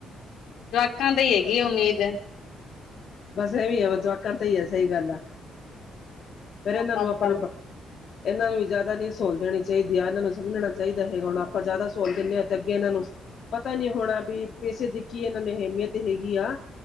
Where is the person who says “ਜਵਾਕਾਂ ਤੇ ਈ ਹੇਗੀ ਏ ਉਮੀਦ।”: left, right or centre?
Left